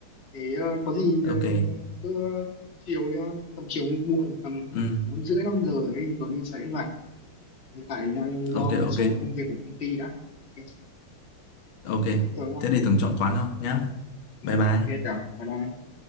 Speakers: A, on the left (about 30°); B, on the left (about 65°).
A: thế ờ, có gì
B: Ok.
A: ờ, cứ chiều đi ha. tầm chiều muộn tầm
B: Ừ.
A: bốn rưỡi năm giờ ấy thì Tuấn Huy sẽ rảnh hiện tại đang
B: Ok
A: lo
B: ok.
A: một số công việc của công ty đã ok
B: Ok.
A: thế Tường nha
B: Thế để Tường chọn quán thôi nhá.
A: ừ,
B: Bye bye.
A: ok Tường bye bye